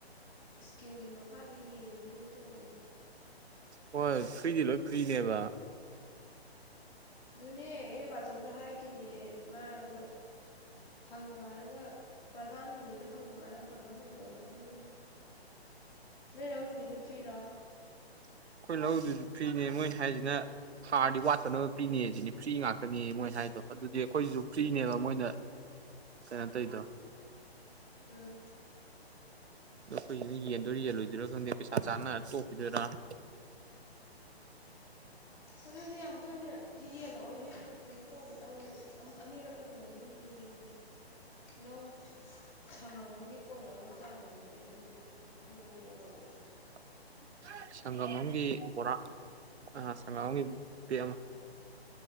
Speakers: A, on the left; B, on the right.
A: ꯏꯁꯀꯤꯝꯒꯤ ꯃꯈꯥꯗ ꯌꯦꯡꯅꯦꯅ ꯇꯧꯕꯅꯦ
B: ꯍꯣꯏ ꯐ꯭ꯔꯤꯗꯤ ꯂꯣꯏ ꯐ꯭ꯔꯤꯅꯦꯕ
A: ꯑꯗꯨꯅꯦ ꯑꯩꯅ ꯕꯥꯆꯧꯗ ꯍꯥꯏꯈꯤꯕꯅꯦ ꯃꯥꯗꯣ ꯍꯪꯉꯣ ꯍꯥꯏꯔꯒ ꯄ꯭ꯔꯗꯥꯥꯟꯅꯤꯗꯨꯗ ꯍꯪꯉꯨ ꯍꯥꯏꯔꯒ ꯍꯪꯕ꯭ꯔꯥ ꯍꯪꯗꯕ꯭ꯔꯥ ꯈꯪꯗꯦ ꯅ ꯅꯧꯔꯤꯗꯁꯨ ꯐ꯭ꯔꯤꯔꯣ
B: ꯑꯩꯈꯣꯏ ꯂꯧꯗꯨꯁꯨ ꯐ꯭ꯔꯤꯅꯦ ꯃꯣꯏꯅꯤ ꯍꯥꯏꯁꯤꯅ ꯍꯥꯔꯗꯤ ꯋꯥꯠꯇꯅꯕ ꯄꯤꯅꯦ ꯁꯤꯅꯤ ꯐ꯭ꯔꯤ ꯉꯥꯛꯇꯅꯦ ꯃꯣꯏ ꯍꯥꯏꯗꯣ ꯑꯗꯨꯗꯤ ꯑꯩꯈꯣꯏꯁꯤꯁꯨ ꯐ꯭ꯔꯤꯅꯦꯕ
A: ꯎꯝ
B: ꯃꯣꯏꯅ ꯀꯩꯅꯣ ꯇꯧꯗꯣ
A: ꯎꯝ
B: ꯑꯗꯣ ꯑꯩꯈꯣꯏꯁꯤꯅ ꯌꯦꯟꯗꯣꯏꯔꯤ ꯌꯦꯜꯂꯣꯏꯗꯣꯏꯔꯣ ꯈꯪꯗꯦ ꯄꯩꯁꯥ ꯆꯥꯅ ꯇꯣꯛꯈꯤꯗꯣꯏꯔꯥ <inaudible>
A: ꯑꯗꯨꯗꯤ ꯌꯥꯝ ꯇꯣꯏꯅꯗꯤ ꯌꯦꯜꯂꯛꯑꯣꯍꯦ ꯀꯩꯅꯣ ꯇꯧꯕ ꯑꯃꯛ ꯑꯃꯨꯛ ꯑꯅꯤꯔꯛꯅ ꯀꯩꯅꯣꯝꯗꯤ ꯌꯦꯡ ꯌꯦꯟꯕꯅꯤ ꯂꯧ ꯁꯪꯉꯝꯃꯝꯒꯤ ꯀꯣꯟꯅꯅꯕ ꯆꯥꯡꯗꯅꯤ ꯀꯩꯅꯣ ꯌꯦꯜꯂꯛꯇꯨ ꯑꯗꯨ ꯐꯤ ꯑꯅꯤ ꯌꯦ ꯅꯅꯨꯡ
B: <inaudible> ꯁꯪꯒꯝ ꯑꯃꯒꯤꯝ ꯕꯣꯔꯥ ꯁꯪꯒꯝ ꯑꯃꯒꯤꯝ ꯄꯦꯛ ꯑꯃ